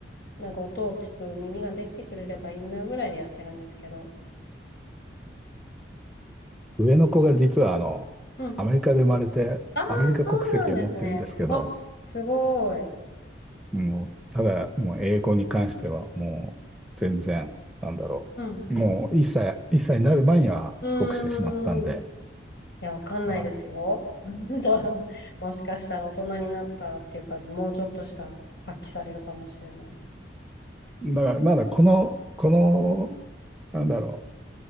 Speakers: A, on the left; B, in the centre.
A: なんか音を聞く耳ができてくれればいいなぐらいでやってるんですけど。
B: 上の子が実は、あの、
A: うん。
B: アメリカで生まれて、
A: ああ、
B: アメリカ国籍を持ってるんですけど、
A: そうなんですね。あ、すごい。
B: もう、ただ、もう英語に関しては、もう全然、なんだろう。
A: うん。
B: もう1歳、1歳になる前には帰国してしまったんで、
A: うーん。いや、わかんないですよ。
B: だから、
A: <laughs> もしかしたら大人になったらっていうか、もうちょっとしたら発揮されるかもしれない。
B: だからまだこの、この、なんだろ